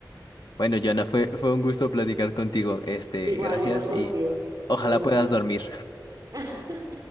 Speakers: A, on the left; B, on the right.
A: Bueno, Joana, fue, fue un gusto platicar contigo. Este,
B: Igual,
A: gracias
B: igual contigo.
A: y ojalá
B: Nos vemos
A: puedas
B: luego.
A: dormir.
B: <laughs>